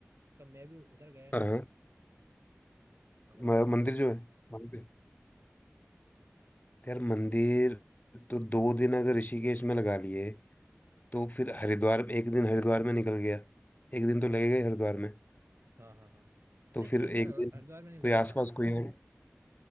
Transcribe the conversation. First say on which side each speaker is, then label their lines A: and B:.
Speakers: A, on the right (about 80°); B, on the left (about 40°).
A: तो मैं भी उधर गया नहीं
B: हाँ
A: था हाँ बताओ
B: म-
A: आप।
B: मंदिर जो है वहाँ पे तो यार मंदिर तो दो दिन अगर ऋषिकेश में लगा लिए तो फिर हरिद्वार में एक दिन हरिद्वार में निकल गया एक दिन
A: हाँ
B: तो लगेगा
A: हाँ
B: ही हरिद्वार में
A: हाँ हाँ हाँ
B: तो
A: नहीं
B: फिर
A: एक दिन
B: एक
A: हर-
B: दिन
A: हरिद्वार में नहीं लगेगा
B: कोई आसपास कोई है